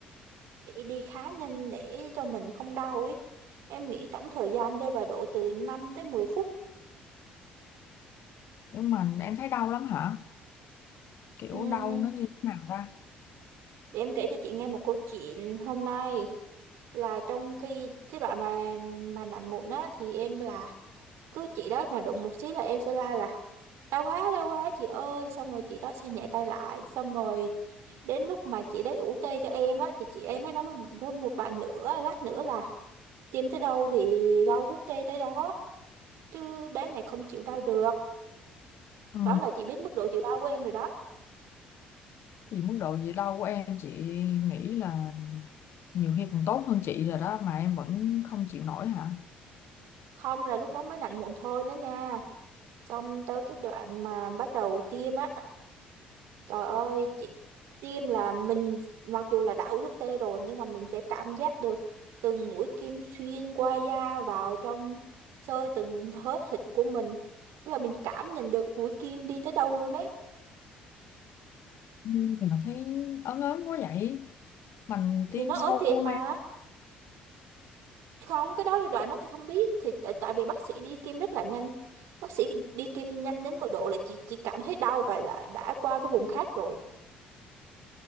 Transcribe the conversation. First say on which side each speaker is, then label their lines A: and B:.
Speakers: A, on the right; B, on the left.
A: chị đi khá nhanh để cho mình không đau đi em nghĩ tổng thời gian rơi vào độ từ năm tới mười phút
B: nhưng mà em thấy đau lắm hả kiểu
A: Ừm,
B: đau nó như thế nào ta
A: để em kể cho chị nghe một câu chuyện hôm nay là trong khi cái đoạn mà mà lạnh mụn á thì em là cứ chị đó mà đụng một xíu là em sẽ la là đau quá đau quá chị ơi xong rồi chị đó sẽ nhẹ tay lại xong rồi đến lúc mà chị đấy ủ tê cho em á thì chị em mới nói với một, với một bạn nữa lát nữa là tiêm tới đâu thì lau thuốc tê tới đó chứ bé này không chịu đau được
B: ừ
A: đó là chị biết mức độ chịu đau của em rồi đó
B: thì mức độ gì đau của em chị nghĩ là nhiều khi còn tốt hơn chị rồi đó mà em vẫn không chịu nổi hả
A: không là lúc đó mới nạnh mụn thôi đó nha xong tới cái đoạn mà bắt đầu tiêm á Trời ơi, chị tiêm là mình mặc dù là đã uống thuốc tê rồi nhưng mà mình sẽ cảm giác được từng mũi kim xuyên qua da vào trong xơ từng thớ thịt của mình. Tức là mình cảm nhận được mũi kim đi tới đâu luôn ấy.
B: ừ, thì mà thấy ớn ớn quá vậy mình
A: Thì
B: tiêm
A: nó ớn
B: sâu
A: thiệt
B: không
A: mà.
B: em
A: Không, cái đó thì đợi nó thì không biết. Thì tại tại vì bác sĩ đi kim rất là nhanh. Bác sĩ đi kim nhanh đến mức độ là chị chỉ cảm thấy đau và đã, đã qua cái vùng khác rồi.